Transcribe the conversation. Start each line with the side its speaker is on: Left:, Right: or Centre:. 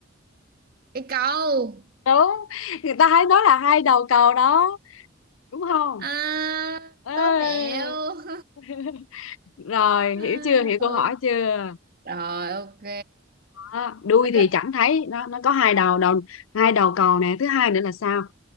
Right: cái cầu
Left: <laughs> đúng người ta hay nói là hai đầu cầu đó đúng không
Right: à
Left: Ê.
Right: đố mẹo <laughs>
Left: <laughs> rồi
Right: à,
Left: hiểu chưa hiểu
Right: ok
Left: câu hỏi chưa
Right: Rồi ok.
Left: Đó, đuôi
Right: Tức
Left: thì
Right: á.
Left: chẳng thấy nó nó có hai đầu đầu hai đầu cầu nè thứ hai nữa là sao